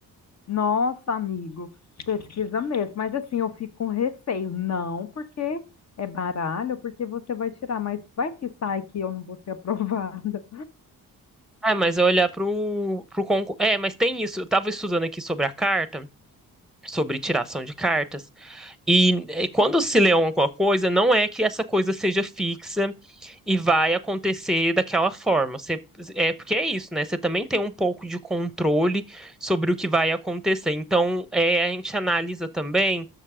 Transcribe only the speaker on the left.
Nossa, amigo, pesquisa mesmo. Mas assim, eu fico com receio. Não porque é baralho, porque você vai tirar, mas vai que sai que eu não vou ser <laughs> aprovada.